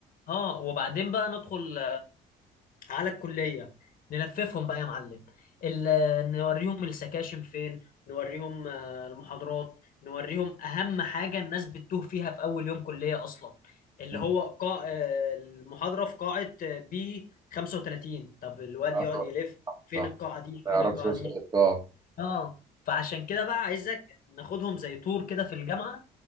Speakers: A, on the left; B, on the right.
A: اه وبعدين بقى ندخل على الكلية نلففهم بقى يا معلم ال- نوريهم السكاشن فين نوريهم آه، المحاضرات نوريهم أهم حاجة الناس بتتوه فيها في أول يوم كلية أصلا اللي
B: م-
A: هو قاع آه، المحاضرة في قاعة بي 35 طب الواد
B: آه،
A: يقعد يلف فين
B: صح
A: القاعة دي
B: ما
A: فين
B: يعرفش
A: القاعة
B: يوصل
A: دي
B: للقاعة
A: اه فعشان كده بقى عايزك ناخدهم زي تور كده في الجامعة